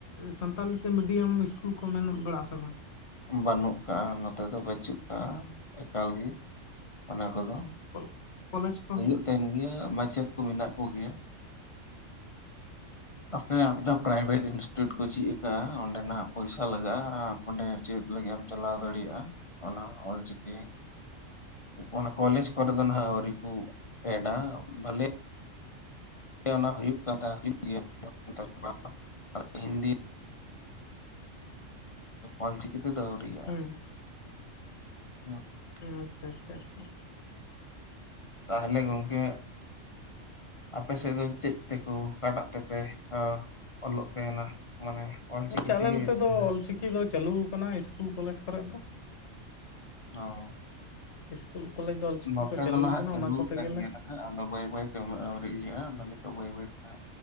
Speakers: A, on the left; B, on the left.
A: ᱥᱟᱱᱛᱟᱞᱤ ᱛᱮ ᱢᱤᱰᱤᱭᱟᱢ ᱤᱥᱠᱩᱞ ᱠᱚ ᱢᱮᱱᱚᱜ ᱵᱟᱲᱟᱜ ᱟᱥᱮ ᱵᱟᱝ?
B: ᱵᱟᱹᱱᱩᱜ ᱟᱠᱟᱫᱼᱟ ᱱᱚᱛᱮ ᱫᱚ ᱵᱟᱹᱪᱩᱜ ᱟᱠᱟᱫᱼᱟ ᱮᱠᱟᱞ ᱜᱮ ᱚᱱᱟ ᱠᱚᱫᱚ
A: <unintelligible> ᱠᱚᱞᱮᱡᱽ ᱠᱚ
B: ᱦᱩᱭᱩᱜ ᱛᱟᱦᱮᱱ ᱜᱮᱭᱟ ᱢᱟᱪᱮᱫ ᱠᱚ ᱢᱮᱱᱟᱜ ᱠᱚᱜᱮᱭᱟ ᱟ ᱯᱮᱭᱟ ᱫᱚ <unintelligible> ᱯᱨᱟᱭᱵᱷᱮᱴ ᱤᱱᱥᱴᱤᱴᱩᱴ ᱠᱚ ᱡᱷᱤᱡ ᱟᱠᱟᱫᱼᱟ ᱚᱸᱰᱮ ᱱᱟᱜ ᱯᱚᱭᱥᱟ ᱞᱟᱜᱟᱜᱼᱟ ᱟᱨ ᱚᱸᱰᱮ ᱪᱮᱫ ᱞᱟᱹᱜᱤᱫ ᱮᱢ ᱪᱟᱞᱟᱣ ᱫᱟᱲᱮᱭᱟᱜᱼᱟ ᱚᱱᱟ ᱚᱞ ᱪᱤᱠᱤ ᱚᱱᱟ ᱠᱚᱞᱮᱡᱽ ᱠᱚᱨᱮ ᱫᱚ ᱱᱟᱜ ᱟᱹᱣᱨᱤ ᱠᱚ ᱮᱰᱟ ᱵᱚᱞᱮ ᱚᱱᱟ ᱦᱩᱭᱩᱜ ᱠᱟᱱ ᱛᱟᱦᱮᱸ ᱦᱩᱭᱩᱜ <inaudible> ᱜᱮᱭᱟᱛᱚ ᱦᱤᱱᱫᱤ ᱚᱞ ᱪᱤᱠᱤ ᱛᱮᱫᱚ ᱟᱹᱣᱨᱤ ᱭᱟ
A: ᱦᱮᱸ
B: ᱦᱮᱸ <inaudible>
A: ᱟᱪᱪᱷᱟ ᱟᱪᱪᱷᱟ ᱟᱪᱪᱷᱟ ᱾
B: ᱛᱟᱦᱚᱞᱮ ᱜᱚᱢᱠᱮ ᱟᱯᱮ ᱥᱮᱫ ᱫᱚ ᱪᱮᱫ ᱛᱮᱠᱚ ᱟᱠᱟᱴᱟᱜ ᱛᱮᱯᱮ ᱦᱟ ᱚᱞᱚᱜ ᱛᱟᱦᱮᱱᱟ ᱢᱟᱱᱮ
A: ᱜᱚᱢᱠᱮ ᱟᱞᱮ
B: ᱛᱮᱜᱮ
A: ᱱᱚᱛᱮ
B: ᱥᱮ
A: ᱫᱚ ᱚᱞ ᱪᱤᱠᱤ ᱫᱚ ᱪᱟᱹᱞᱩ ᱟᱠᱟᱱᱟ ᱤᱥᱠᱩᱞ ᱠᱚᱞᱮᱡᱽ ᱠᱚᱨᱮ ᱫᱚ
B: ᱦᱚᱸᱼ
A: ᱤᱥᱠᱩᱞ ᱠᱚᱞᱮᱡᱽ ᱫᱚ ᱚᱞᱪᱤᱠᱤ
B: ᱱᱚᱛᱮ
A: ᱠᱚ
B: ᱫᱚ ᱱᱟᱦᱟᱜ
A: ᱟᱠᱟᱱᱟ
B: ᱪᱟᱹᱞᱩ
A: ᱚᱱᱟ ᱠᱚᱛᱮ
B: ᱟᱠᱟᱱ
A: ᱜᱮᱞᱮ
B: ᱜᱮᱭᱟ ᱱᱟᱦ ᱦᱮᱸ ᱟᱫᱚ ᱵᱟᱹᱭ ᱵᱟᱹᱭᱛᱮ ᱩᱱᱟᱹᱜ ᱟᱹᱣᱨᱤ ᱤᱭᱟᱹᱼᱟ, ᱟᱫᱚ ᱱᱤᱛᱚᱜ ᱵᱟᱹᱭ ᱵᱟᱹᱭ ᱛᱮ